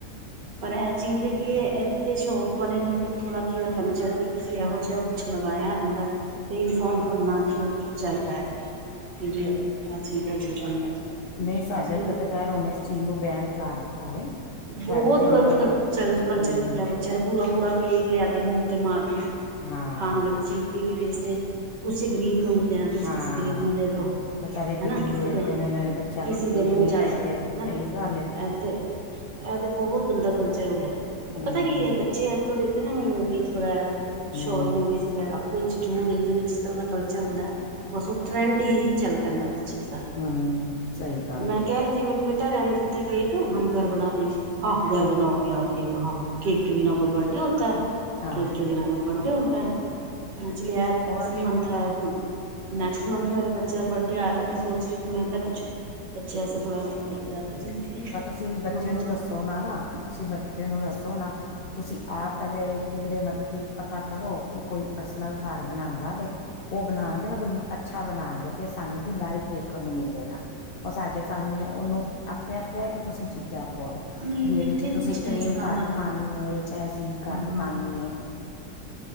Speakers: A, on the right; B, on the left.
A: ਪਰ ਇਹ ਚੀਜ਼। ਕੀ ਏ ਤੇ ਸ਼ੋਪ ਵਾਲੇ ਨੂੰ ਵੀ ਥੋੜਾ ਕੇਅਰ ਕਰਨਾ ਚਾਹੀਦਾ ਏ ਕਿ ਤੁਸੀਂ ਇਹੋ ਜਿਹਾ ਕੁਛ ਲਗਾਇਆ ਅੰਦਰ। ਤੇ ਇਨਫੋਮ ਕਰਨਾ ਜਰੂਰੀ ਚਾਹੀਦਾ ਹੈ ਕਿ ਵੀ ਇਹ ਚੀਜ਼ ਹੇਗੀ ਐਦੇ ਅੰਦਰ।
B: ਨਹੀਂ ਸਾਡੇ
A: ਅੱਜ ਕੱਲ
B: ਇੱਥੇ ਤਾਂ ਖੈਰ ਉਹਨੇ ਇਸ ਚੀਜ਼ ਨੂੰ ਬੈਨ ਲਗਾ ਦਿੱਤਾ ਵੇ।
A: ਬਹੁਤ
B: ਸਾਡੇ ਤੇ ਹੁਣ
A: ਗ਼ਲਤ <unintelligible> ਚੱਲ
B: ਹਮ
A: ਕਲਚਰ ਕੀਤਾ ਬੱਚਿਆਂ ਨੇ ਪੂਰਾ ਪੂਰਾ ਕੇਕ ਲਿਆ ਕੇ ਮੂੰਹ ਤੇ ਮਾਰ ਦੇਂਦੇ ਨੇ
B: ਹਾਂ
A: ਖਾਣ ਵਾਲੀ ਚੀਜ਼। ਦੀ ਵੀ ਵੇਸਟੇਜ ਕਿਸੀ ਗਰੀਬ ਨੂੰ ਨ ਦੇਨਾ। ਤੁਸੀਂ
B: ਹਾਂ।
A: ਕਿਸੇ ਗਰੀਬ ਨੂੰ ਦੇ ਦੋ ਹੈਨਾ।
B: ਵਿਚਾਰੇ ਗਰੀਬ
A: ਕਿਸੇ
B: ਵੇਖਦੇ
A: ਦੇ
B: ਨੇ ਨੇ ਬੱਚਿਆਂ
A: ਕਿਸੇ
B: ਕੇਕ
A: ਦੇ ਮੂੰਹ
B: ਨਹੀਂ
A: ਜਾਏ
B: ਕੱਟਦੇ
A: ਹੈਨਾ।
B: ਸਹੀ ਗੱਲ
A: ਏ ਤੇ ਬਹੁਤ ਗੰਦਾ ਕਲਚਰ ਹੋ ਗਿਆ।
B: ਹਮ
A: ਪਤਾ ਕੀ ਏ ਬੱਚੇ ਅੱਜ ਕੱਲ ਦੇਖਦੇ ਨੇ ਮੂਵੀਜ਼ ਵਗੈਰਾ
B: ਹਮ
A: ਸ਼ੋਰਟ ਮੂਵੀਜ਼ ਵਗੈਰਾ। ਜੋ ਦੇਖਦੇ ਨੇ ਜਿਸ ਤਰ੍ਹਾਂ ਦਾ ਕਲਚਰ ਹੁੰਦਾ ਹੈ ਬਸ ਉਹ ਟਰੈਂਡ ਹੀ ਚੱਲਦਾ। ਪੈਂਦਾ ਉਸ ਚੀਜ਼ ਦਾ
B: ਹਮ ਸਹੀ ਗੱਲ
A: ਮੈਂ
B: ਹੈਗੀ।
A: ਕਹਿ ਰਹੀ ਮੈਂ ਕੇ ਬੇਟਾ ਰਹਿਣ ਦਿੱਤਾ ਕੇਕ ਹਮ ਘਰ ਬਣਾ ਲੇਂਗੇ ਹਾਂ ਘਰ ਬਣਾਓਗੇ ਆਪ ਕੇਕ ਹਾਂ। ਕੇਕ ਕੇ ਬਿਨਾਂ ਕੋਈ ਬਰਥਡੇ ਹੋਤਾ ਹੈ
B: ਹਾਂ
A: ਕੇਕ ਕੇ ਬਿਨਾਂ ਕੋਈ ਬਰਥਡੇ ਹੋਦਾ ਹੈ। ਹਾਂਜੀ ਐ ਕੈਸੀ
B: ਔਰ
A: ਮਨਥਾ। ਨੈਕਸਟ ਮੰਥ ਮੇਰੇ ਬੱਚੇ ਦਾ ਬਡੇ ਆ ਰਿਹਾ ਮੈਂ ਸੋਚ ਰਹੀ ਮੈਂ ਤਾਂ ਕੁਛ। ਬੱਚੇਯਾ ਵਾਸਤੇ ਥੋੜਾ ਕੀਤਾ ਦੇਖ। ਹੈ
B: ਪਰ ਤੁਸੀਂ ਬੱਚੇ
A: ਮੈਂ ਕਿਹਾ
B: ਨੂੰ
A: ਚਲੋ
B: ਦੱਸੋ ਨਾ ਨਾ ਤੁਸੀਂ ਬੱਚੇ ਨੂੰ ਦੱਸੋ ਨਾ। ਤੁਸੀਂ ਆਪ ਪਹਿਲੇ ਕਿਧਰੇ ਮਤਲਬ ਕੀ ਪਤਾ ਕਰੋ ਕਿ ਕੋਈ ਪਰਸਨਲ ਘਰ ਬਣਾਉਂਦਾ ਵੇ। ਉਹ ਬਣਾਉਣਗੇ ਨਾ ਤੇ ਅੱਛਾ ਬਣਾਉਣਗੇ ਤੇ ਸਾਨੂੰ ਕੀ ਲਾਈਫ ਚ ਵੇਖਣ ਨੂੰ ਮਿਲਲੇਗਾ ਉਹ ਸਾਡੇ। ਸਾਹਮਣੇ ਉਹਨੂੰ ਆਪਣੇ ਆਪ ਕਹਿ ਕੇ ਤੁਸੀਂ ਚੀਜ਼ਾਂ। ਪਾਓ
A: ਨਹੀਂ
B: ਵੀ ਇਹਦੇ
A: ਇੱਥੇ
B: ਚ ਤੁਸੀਂ
A: ਕੁਛ
B: ਕਰੀਮ
A: ਇਸ ਤਰ੍ਹਾਂ
B: ਘੱਟ
A: ਦਾ ਨਹੀਂ
B: ਪਾਣੀ
A: ਹੈ
B: ਏ ਇਹਦੇ ਚ ਇਹ ਘੱਟ
A: ਹਮ,
B: ਪਾਣੀ ਏ।